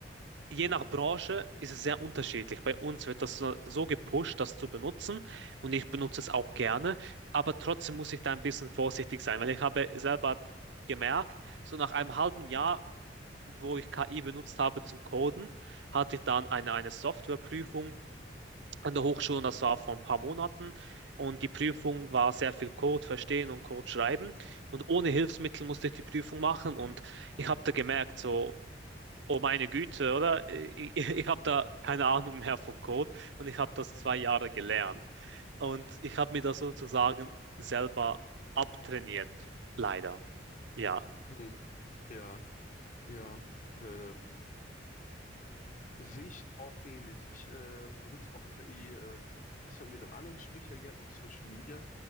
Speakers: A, on the right; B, on the left.
A: je nach Branche ist es sehr unterschiedlich. Bei uns wird das so, so gepusht, das zu benutzen und ich benutze es auch gerne, aber trotzdem muss ich da ein bisschen vorsichtig sein, weil ich habe selber gemerkt, so nach einem halben Jahr, wo ich KI benutzt habe zum Coden, hatte ich dann eine, eine Softwareprüfung an der Hochschule und das war vor ein paar Monaten. Und die Prüfung war sehr viel Code verstehen und Code schreiben. Und ohne Hilfsmittel musste ich die Prüfung machen. Und ich habe da gemerkt, so, oh meine Güte, oder? Ich, ich, ich habe da keine Ahnung mehr von Code. Und ich habe das zwei Jahre gelernt. Und ich habe mir das sozusagen selber abtrainiert. Leider. Ja,
B: Hm, ja, ja. Ähm, Sehe ich auch ähnlich. Ich äh, benutze auch KI, ähm, das hatten wir in einem anderen Gespräch ja gehabt mit Social Media.